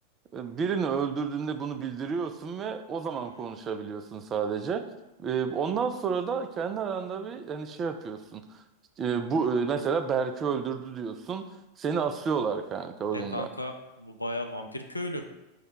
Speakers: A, on the right; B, on the left.
A: Birini öldürdüğünde bunu bildiriyorsun ve o zaman
B: Hmm.
A: konuşabiliyorsun sadece. Ee, Ondan sonra da kendi aranda bir hani şey yapıyorsun. Ee, Bu e, mesela Berk'i öldürdü diyorsun. Seni asıyorlar kanka oyunda.
B: E kanka bu baya vampir köylü.